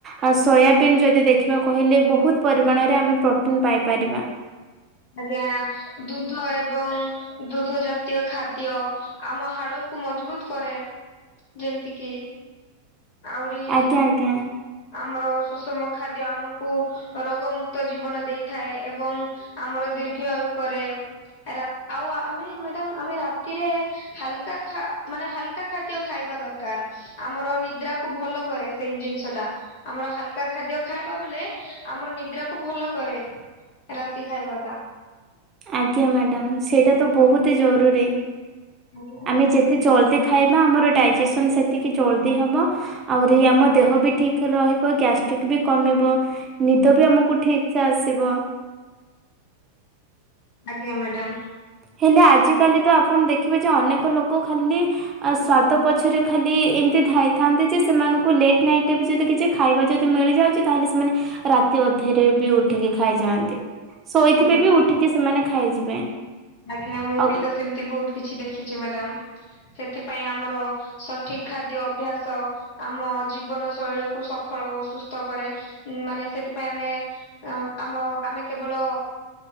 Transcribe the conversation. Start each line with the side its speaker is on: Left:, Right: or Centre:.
Right: ଆ ସୋୟାବିନ୍ ଯଦି ଦେଖିବା କହିଲେ ବହୁତ ପରିମାଣରେ ରେ ଆମେ ପ୍ରୋଟିନ୍ ପାଇପାରିବା।
Left: ଆଜ୍ଞା ଦୁଧ ଏବଂ ଦୁଧ ଜାତୀୟ ଖାଦ୍ୟ ଆମ ହାଡକୁ ମଜବୁତ କରେ ଯେମତି କିି ଆଉରିି
Right: ଆଜ୍ଞା ଆଜ୍ଞା
Left: ଆମର ସୁଷମ ଖାଦ୍ୟ ଆମୁକୁ ରୋଗ ମୁକ୍ତ ଜୀବନ ଦେଇଥାଏ ଏବଂ ଆମର ଦୀର୍ଘ ଆୟୁ କରେ ରା ଆଉ ଆମେ ମ୍ୟାଡାମ ଆମେ ରାତିରେ ହାଲକା ଖା ମାନେ ହାଲକା ଖାଦ୍ୟ ଖାଇବା ଦରକାର। ଆମର ନିଦ୍ରାକୁ ଭଲ କରେ ସେଇ ଜିନିଷ ଟା। ଆମର ହାଲକା ଖାଦ୍ୟ ଖାଇବା ବୋଲେ ଆମର ନିଦ୍ରାକୁୁ ଭଲ କରେ। ରାତି ଖାଇବା ଟା।
Right: ଆଜ୍ଞା ମ୍ୟାଡ଼ାମ ସେଇଟା ତ ବହୁତ ଜରୁରୀ।
Left: ଆଜ୍ଞା।
Right: ଆମେ ଯେତେ ଜଲ୍ଦି ଖାଇବା ଆମର ଡାଇଜେସନ୍ ସେତିକି ଜଲ୍ଦି ହବ। ଆହୁରି ଆମ ଦେହ ବି ଠିକ ରହିବ ଗ୍ୟାଷ୍ଟ୍ରିକ ବି କମିବ। ନିଦ ବି ଆମକୁ ଠିକସେ ଆସିବ।
Left: ଆଜ୍ଞା ମ୍ୟାଡ଼ାମ୍।
Right: ହେଲେ ଆଜିକାଲି ତ ଆପଣ ଦେଖିବେ ଯେ ଅନେକ ଲୋକ ଖାଲି ଅ ସ୍ଵାଦ ପଛରେ ଖାଲି ଏମିତି ଧାଇଥାନ୍ତି ଯେ ସେମାନଙ୍କୁ ଲେଟ୍ ନାଇଟ ରେ ବି ଯଦି କିଛି ଖାଇବା ଯଦି ମିଳି ଯାଉଚି ତାହେଲେ ସେମାନେ ରାତି ଅଧେରେ ବି ଉଠିକି ଖାଇଯାଆନ୍ତି। ଶୋଇଥିବେ
Left: ଆଜ୍ଞା ମ୍ୟାଡାମ
Right: କି ଉଠିକି ସେମାନେ ଖାଇଯିବେ।
Left: ଆଜ୍ଞା, ମୁଁ
Right: ଆଉ
Left: ବି ତ ସେମିତି ବହୁତ କିଛି ଦେଖିଛି ମ୍ୟାଡାମ୍। ସେଥିପାଇଁ ଆମର ସଠିକ ଖାଦ୍ୟ ଅଭ୍ୟାସ ଆମ ଜୀବନ ଶୈଳୀକୁୁ ସଫଳ ଓ ସୁସ୍ଥ କରେ ମାନେ ସେଥିପାଇଁ ଆମେ ଆ ଆମ ଆମେ କେବଳ